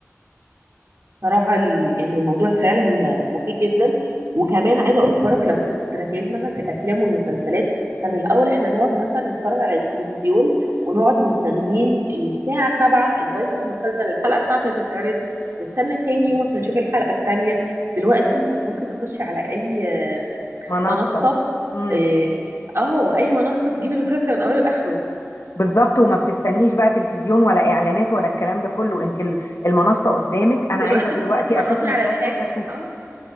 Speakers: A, on the right; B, on the left.
A: صراحة ال- يعني الموضوع فعلا مفيد جدا وكمان عايزة اقولك برك لو تركيز مثلا في الافلام والمسلسلات كان الاول احنا نقعد مثلا نتفرج على التلفزيون ونقعد مستنيين الساعة سبعة لغاية ما المسلسل الحلقة بتاعته تتعرض نستنى تاني يوم عشان نشوف الحلقة التانية دلوقتي انت ممكن تخشي على اي آه،
B: منصة
A: منصة
B: امم
A: اه آه، اي منصة تجيبي المسلسل من اوله لاخره
B: بالظبط وما بتستنيش بقى تلفزيون ولا اعلانات ولا الكلام ده كله انت ال- المنصة قدامك انا
A: في
B: عايزة
A: الوقت
B: دلوقتي
A: الم- تتفرجي
B: اشوف المسلسل
A: على الحاجة
B: هشوفه
A: اه